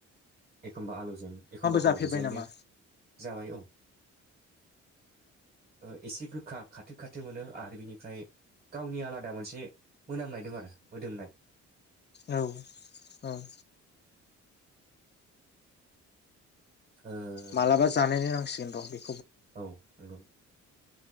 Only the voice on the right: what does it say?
एखमबा आलुजों एखमबा
गाव गोजायैनो
जाबाय औ। ओ एसे गोखा। खाथो खाथो मोनो आरो बिनिफ्राय गावनि आलादा मोनसे मोनामनाय दं आरो मोदोमनाय।
ओ
औ नंगौ।